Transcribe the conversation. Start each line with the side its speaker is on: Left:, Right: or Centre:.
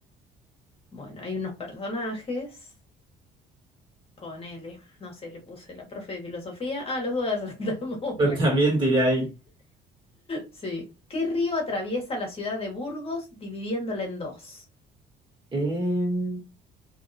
Left: Bueno, hay unos personajes. Ponele, no sé, le puse la profe de filosofía. Ah, los dos acertamos. <laughs>
Right: Yo
Left: Bueno,
Right: también tiré ahí.
Left: sí. ¿Qué río atraviesa la ciudad de Burgos dividiéndola en dos?
Right: Em,